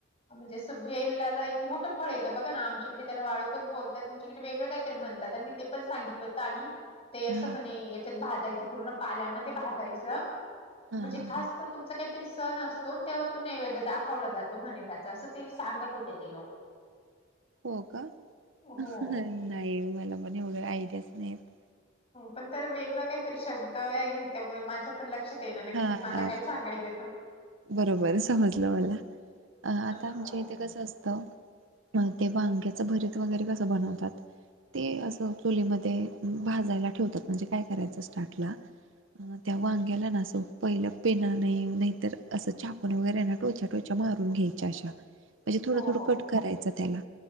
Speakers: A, on the left; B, on the right.
A: म्हणजे असं वेलाला एक मोठं फळ येतं बघा ना आमच्याकडे त्याला वाळूकच बोलताय तुमच्याकडे वेगळं काय. तर म्हणतात आणि ते पण सांगितलं होतं आणि. ते असं
B: हा
A: म्हणे याच्यात भाजायचं पूर्ण पाल्यामध्ये भाजायचं
B: हा
A: म्हणजे
B: हा
A: खास.
B: हा
A: तुमचा काहीतरी असतो अन् तेव्हा तो नैवेद्य. दाखवला जातो म्हणे त्याच असं ते सांगत होते ते लोक.
B: हो का
A: हो.
B: नाही मला पण एवढ आयडियाच नाहीत
A: पण त्याला वेगळा काहीतरी शब्द आहे त्यामुळे माझ्या पण लक्षात. ते ना नक्की
B: हा
A: मला काय सांगायचं
B: बरोबर समजलं मला अ आता
A: हो.
B: आमच्या इथे कसं असत अ ते व अग्याचं भरत वगैरे कसं बनवतात ते अस चुलीमध्ये भाजायला ठेवतात म्हणजे काय करायचं स्टार्टला त्यावांग्याला ना असो पहिला पेन नाही नाहीत असं चाकून वगैरेना टोयच्या टोयच्या मारून घ्यायच्या अशा म्हणजे थोडं
A: हो
B: थोडं
A: हो
B: कट करायचं त्याला